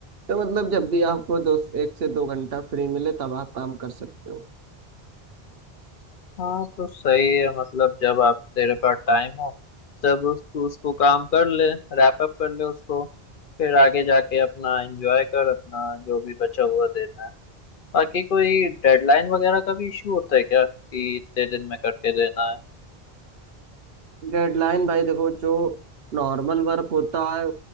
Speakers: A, on the right; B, on the left.
A: तो मतलब जब भी आपको दो एक से दो घंटा फ्री मिले तब आप काम कर सकते हो
B: हाँ तो सही है मतलब जब आप तेरे पास टाइम हो तब उस, तू उसको काम कर ले रैप अप कर ले उसको फिर आगे जाके अपना एंजॉय कर अपना जो भी बचा हुआ दिन है बाकी कोई डेडलाइन वगैरह का भी इशू होता है क्या कि इतने दिन में करके देना है
A: डेडलाइन भाई देखो जो नॉर्मल वर्क होता है